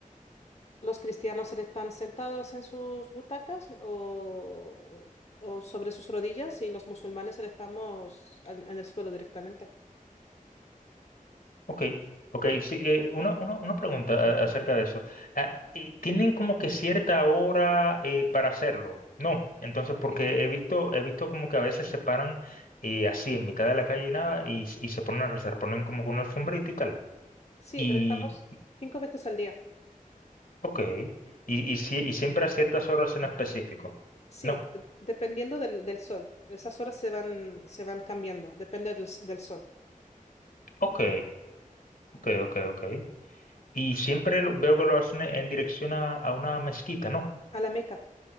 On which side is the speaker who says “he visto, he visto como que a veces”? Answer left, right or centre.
Left